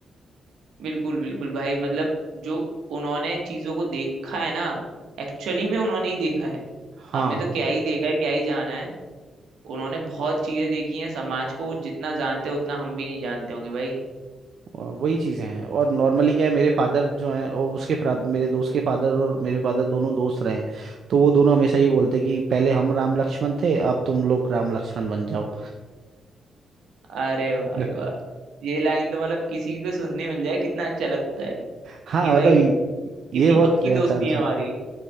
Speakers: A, on the right; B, on the right.
A: बिल्कुल बिल्कुल भाई मतलब जो उन्होंने चीजों को देखा है ना एक्चुअली में उन्होंने ही देखा है
B: हाँ
A: हमने तो क्या ही देखा है क्या ही जाना है उन्होंने बहुत चीजें देखी हैं समाज को वो जितना जानते हैं उतना हम भी नहीं जानते होंगे भाई
B: व- वही चीजें हैं और नॉर्मली क्या है मेरे फादर जो हैं और उसके फ्रा- मेरे दोस्त के फादर और मेरे फादर दोनों दोस्त रहे हैं तो वो दोनों हमेशा ही बोलते कि पहले हम राम लक्ष्मण थे अब तुम लोग राम लक्ष्मण बन जाओ
A: अरे भाई
B: <laughs>
A: वाह ये लाइन तो मतलब किसी को सुनने मिल जाए कितना अच्छा लगता है
B: हाँ
A: कि भाई
B: मतलब ये
A: कितनी
B: ये बहुत
A: पक्की
B: रेयर
A: दोस्ती
B: चांस
A: है
B: होता
A: हमारी
B: है